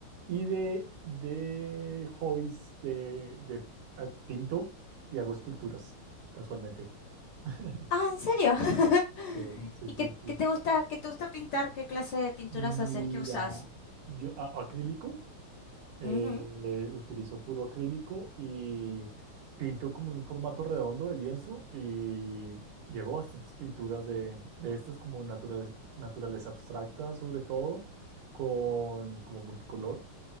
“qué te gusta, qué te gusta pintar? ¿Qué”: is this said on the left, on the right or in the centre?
Left